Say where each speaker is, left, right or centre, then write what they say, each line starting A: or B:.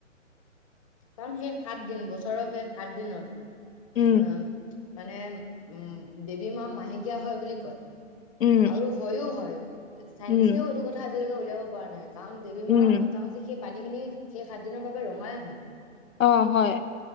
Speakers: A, on the left (about 25°); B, on the left (about 85°).
A: কাৰণ সেই সাত দিন বছৰৰ সেই সাত দিনত
B: উম
A: আহ, মানে উম, দেৱী মা মাহেকীয়া হয় বুলি কয়
B: উম
A: আৰু হয়ো হয়। চাইঞ্চেও
B: উম
A: এইটো কথা আজিলৈকে উলিয়াব পৰা নাই, কাৰণ দেবী
B: উম
A: মাৰ সঁচা-সচি সেই পানী খিনি সেই সাত দিনৰ বাবে ৰঙাই হয়।
B: অ' হয়।